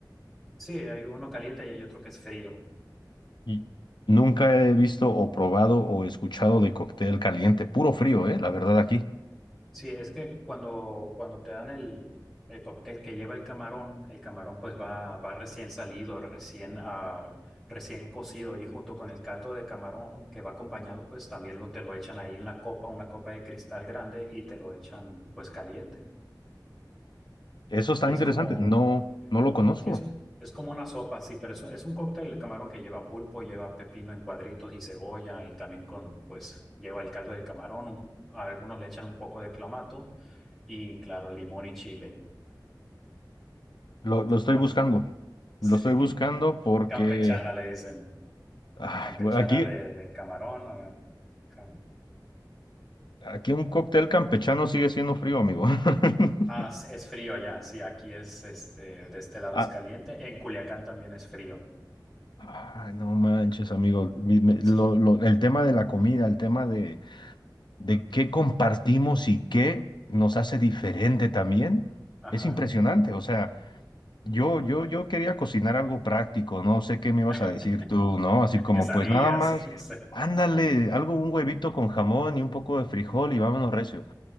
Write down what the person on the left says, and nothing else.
Y Nunca he visto o probado o escuchado de cóctel caliente, puro frío, ¿eh? La verdad aquí.
Eso está
interesante.
No, no lo conozco.
Lo, lo estoy
buscando.
Lo estoy buscando porque
ay,
güey, aquí,
Aquí un cóctel campechano sigue siendo frío, amigo. <laughs>
Ah,
ay, no manches, amigo. Mi- me- lo-
lo- el tema de la comida, el tema de, de qué compartimos y qué nos hace diferente también,
es impresionante. O sea, yo, yo, yo quería cocinar algo práctico, no sé qué me ibas
a decir tú, ¿no? Así como,
pues nada más,
ándale, algo, un huevito con jamón y un poco de frijol
y vámonos recio.